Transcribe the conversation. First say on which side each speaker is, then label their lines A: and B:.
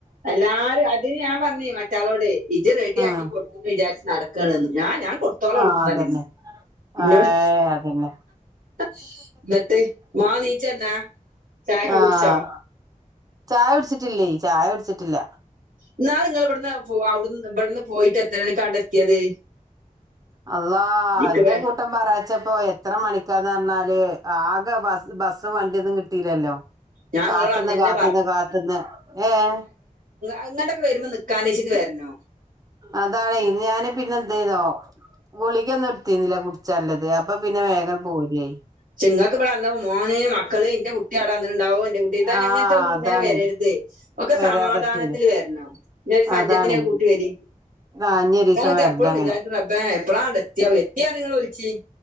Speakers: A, on the right; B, on the right.
A: എല്ലാരും അതിന് ഞാൻ പറഞ്ഞി മറ്റളോട് ഇജ റെഡി
B: ഉം
A: ആക്കിടു അന്ന് വിചാരിച്ച് നടക്കണന്ന് ഞാ ഞാൻ കൊടുത്തോളം
B: ആഹ്
A: വിളക്കുന്ന
B: അതന്നെ
A: ഇങ്ങനെ ഇന്നോട്
B: ആഹ് അതന്നെ
A: <unintelligible> ചായക്കെ
B: ആഹ്
A: കുടിച്ചോ
B: ചായ കുടിച്ചിട്ടില്ലേ ചായ കുടിച്ചിട്ടില്ല
A: ഇന്നാള് നിങ്ങ ഇവിടുന്ന് പോ അവിടു ഇവിടെന്ന് പോയിട്ട് എത്ര മണിക്കാണ്ട എത്തിയത്
B: അള്ള
A: ഇക്ക്
B: എന്ത്യേ
A: വേ
B: കൂട്ടം <unintelligible> ഇത്ര മണിക്കാർന്ന് പറഞ്ഞാല് ആകെ ബ ബസ്സും വണ്ടിയൊന്നും കിട്ടീല്ലല്ലോ
A: ഞാൻ
B: കാത്തുന്ന്
A: ഇങ്ങളോട് അന്നന്നെ
B: കാത്തുന്ന് കാത്തുന്ന് ഏഹ്
A: അങ്ങട്ടൊക്കെ വരുമ്പോ നിക്കാനിരിക്കുവാരുന്നു
B: അതാണ്ഞാന് പിന്നെ എന്ത ചെയ്യന്നോ ഗുളികൊന്നും എടുത്തിന്നില്ല കുടിച്ചല്ലത് അപ്പ പിന്നെ വേഗം പോലേ
A: <unintelligible> ചെങ്ങൾക്ക് ഇവിടെ മോന് മക്കള് എന്റെട്ട കുട്ടി അട അന്ന ഉണ്ടാവോ എന്റെ കുട്ടി ഇതാൻ
B: ആഹ്
A: അങ്ങനത്തെ ഒന്നും
B: അതാണെ
A: ഇങ്ങനെ വരരുത് ഒക്കെ
B: വരാൻ
A: സമാധാനത്തിൽ
B: പറ്റൂല
A: വരണം ഒരു സഞ്ചത്തിന
B: അതാണെ
A: കൂട്ടി വരി
B: ആഹ് ഇഞ്ഞി ഒരീസം
A: ട്ട്
B: വരണ്ട്
A: എപ്പോഴും
B: അങ്ങനെ
A: വിചാരിക്കുന്നു അപ്പ എവിടാണ്ട് എത്തിയാ എത്തിയ നിങ്ങൾ വിളിച്ചത്